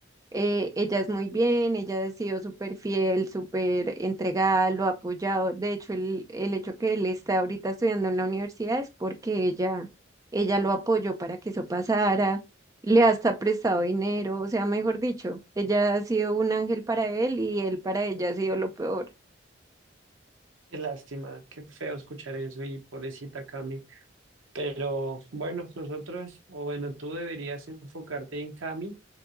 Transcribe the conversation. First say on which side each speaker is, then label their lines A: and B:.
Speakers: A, on the right (about 15°); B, on the right (about 80°).
A: eh, ella es muy bien, ella ha sido súper fiel, súper entregada, lo ha apoyado. De hecho, el, el hecho que él está ahorita estudiando en la universidad es porque ella, ella lo apoyó para que eso pasara, le ha hasta prestado dinero, o sea, mejor dicho, ella ha sido un ángel para él y él para ella ha sido lo peor.
B: qué lástima, qué feo escuchar eso y pobrecita Cami. Pero bueno, nosotros, o bueno, tú deberías enfocarte en Cami,